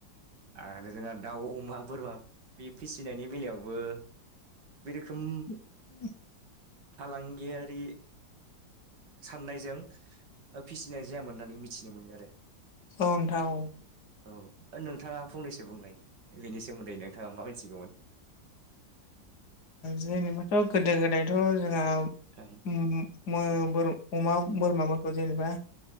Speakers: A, on the right; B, on the left.
A: आरो जोंना दाउ अमा बोरमा बे फिसिनायनि बेलायावबो बे रोखोम
B: <inaudible>
A: फालांगियारि फाननायजों फिसिनाय जायामोन होननानै मिथिनो मोनो आरो
B: अ नोंथां औ
A: औ नोंथाङा फंनैसो बुंनाय बेनि सोमोन्दै नोंथाङा मा मिथिगौमोन
B: जेनेबाथ' गोदो गोदायथ' जोंहा
A: ओं
B: ओम मो अमा बोरमाफोरखौ जेनेबा